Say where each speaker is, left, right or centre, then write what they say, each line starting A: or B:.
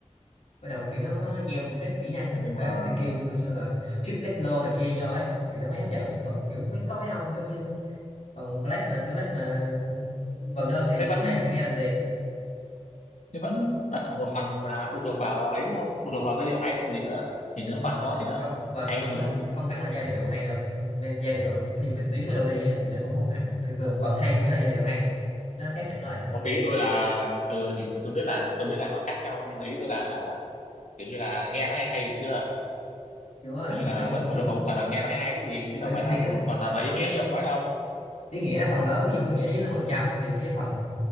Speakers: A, on the left (about 75°); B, on the left (about 80°).
A: bắt đầu là kiểu nó có nó gieo những cái kỹ năng
B: nhưng
A: và
B: mà
A: cái skill kiểu như là triplet low này kia vô ấy thì nó mới hấp dẫn còn kiểu mấy có mấy ông kiểu như còn black mà kiểu black mà
B: Ừ.
A: vần đơn thì
B: thế vẫn
A: ai làm nghe làm gì
B: thế vẫn là một phần là phụ thuộc vào ấy đúng không phụ thuộc vào giai điệu hay chứ còn gì nữa thì nếu bản đó thì nó
A: không vần
B: hay
A: không có
B: thì ông
A: không hẳn là giai điệu hay đâu Me- giai điệu thiên về tiếng melody á, thì nó cũng không hẳn thường thường vần hay không nghĩa là giai điệu hay nó khác hẳn rồi
B: ông ý tôi là ừ thì tôi, tôi biết là tôi biết là nó khác nhau nhưng mà ý tôi là hả kiểu như là nghe nó hay hay được chưa
A: kiểu
B: kiểu như
A: như
B: là
A: vậy
B: vẫn phụ
A: tôi
B: thuộc vào một
A: thì,
B: phần là nghe nó hay hay chứ gì
A: thì,
B: chứ đâu phải
A: thì,
B: là
A: cái
B: phụ thuộc hoàn toàn vào ý nghĩa như ông nói đâu
A: ý nghĩa nó phần lớn ví dụ ý nghĩa dưới 50% thì cái phần